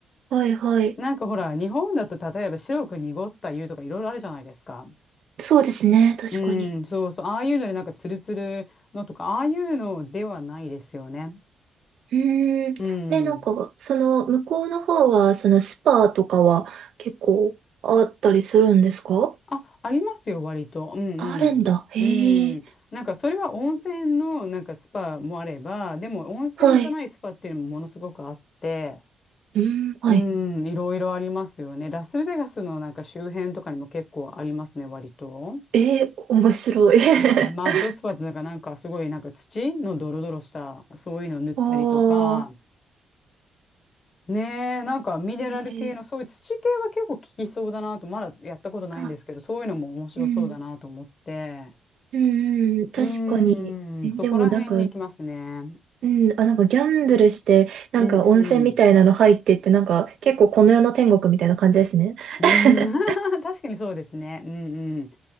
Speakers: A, on the right; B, on the left.
A: あ、はいはい。
B: なんかほら、日本だと例えば白く濁った湯とかいろいろあるじゃないですか。
A: そうですね、確かに。
B: うん、そうそう、ああいうのでなんかツルツルのとか、ああいうのではないですよね。
A: うーん。
B: うん。
A: ね、なんか、その、向こうの方は、そのスパとかは結構あったりするんですか
B: あ、ありますよ、割と。うんうん。
A: あるんだ。へえ。
B: うん。なんか、それは温泉の、なんか、スパもあれば、でも、温泉じゃないスパっていうのもものすごくあって、
A: はい。うーん、はい。
B: うん、いろいろありますよね。ラスベガスのなんか周辺とかにも結構ありますね、割と。
A: ええ、面白い。<laughs>
B: うん、マッドスパってなんか、なんかすごいなんか土のドロドロした、そういうの塗ったりとか、
A: ああ、
B: ねえ、なんかミネラル系の、
A: ええ、
B: そういう土系は結構効きそうだなと、まだやったことないんですけど、
A: あ、
B: そういうのも面白そうだなと思って。
A: うん。うんうん、確かに。
B: うー
A: え、
B: ん、そこら辺に行きますね。
A: でもなんか、うん、あ、なんかギャンブルして、なんか温泉みたいなの入ってって、
B: うんうん。
A: なんか結構この世の天国みたいな感じですね。<laughs>
B: うん、<laughs> 確かにそうですね。うんうん。